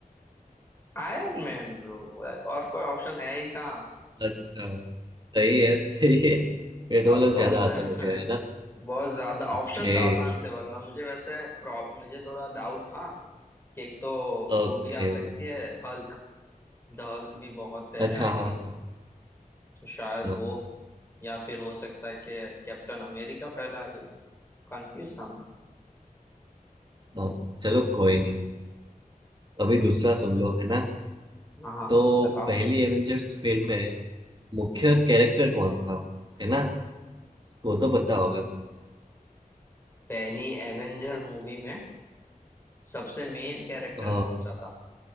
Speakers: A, on the left; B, on the right.
A: Iron Man bro <laughs> और कोई ऑप्शन है ही कहाँ
B: अच्छा सही है सही है ये तो
A: ऑफ
B: मतलब
A: कोर्स
B: ज्यादा
A: <laughs>
B: आसान हो गया है ना
A: बहुत ज्यादा
B: ओके
A: ऑप्शंस आसान थे वरना मुझे वैसे प्रॉ- मुझे थोड़ा डाउट था कि एक तो
B: ओके
A: वो भी आ सकती है हल्क द हल्क भी बहुत पहले
B: अच्छा
A: आई
B: हाँ
A: थी
B: हाँ
A: तो शायद
B: हाँ
A: वो या फिर हो सकता है कि कैप्टन अमेरिका पहला आई हो कंफ्यूज था मैं
B: हाँ चलो कोई नहीं अभी दूसरा सुन लो है ना
A: हाँ हाँ,
B: तो
A: बताओ
B: पहली एवेंजर्स फिल्म में मुख्य कैरेक्टर कौन था है ना वो तो पता होगा
A: पहली एवेंजर मूवी में सबसे मेन कैरेक्टर
B: अ,
A: कौन सा था